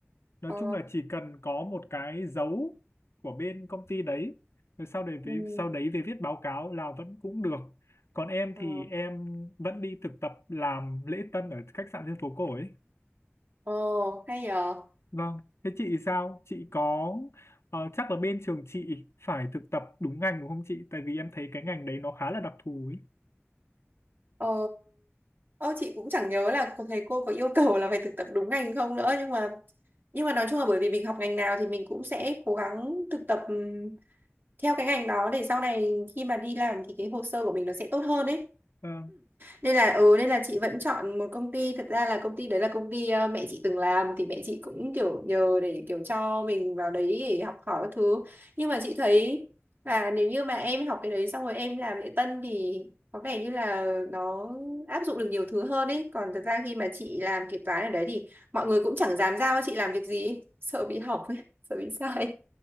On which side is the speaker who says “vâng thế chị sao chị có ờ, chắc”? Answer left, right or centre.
Left